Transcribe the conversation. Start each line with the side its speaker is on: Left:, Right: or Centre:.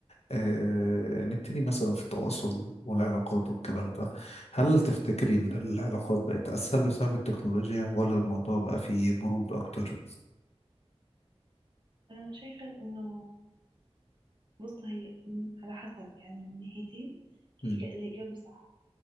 Left: أه نبتدي مثلا في التواصل والعلاقات والكلام ده هل تفتكري إن العلاقات بقت أسهل بسبب التكنولوجيا ولا الموضوع بقى فيه برود أكتر؟
Right: انا شايفه انه بص هي م- على حسب يعني من ناحيتين
Left: مم.
Right: الإج- الاجابه صح